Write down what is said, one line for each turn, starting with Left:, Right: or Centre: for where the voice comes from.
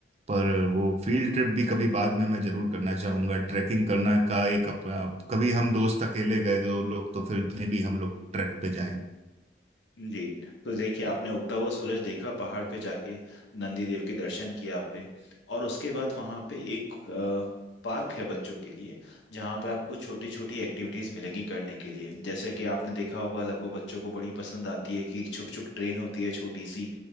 Right: पर वो फील्ड ट्रिप भी कभी बाद में मैं जरूर करना चाहूँगा ट्रैकिंग करना का एक अपना कभी हम दोस्त अकेले गए जो लोग तो फिर में भी हम लोग ट्रैक पे जाएं
Left: जी तो देखिए आपने उगता हुआ सूरज देखा पहाड़ पे जाके नंदी देव के दर्शन किया आपने और उसके बाद वहाँ पे एक अ, पार्क है बच्चों के लिए जहाँ पे आपको छोटी छोटी एक्टिविटीज मिलेगी करने के लिए जैसे कि आपने देखा होगा लगभग बच्चों को बड़ी पसंद आती है कि एक छुक छुक ट्रेन होती है छोटी सी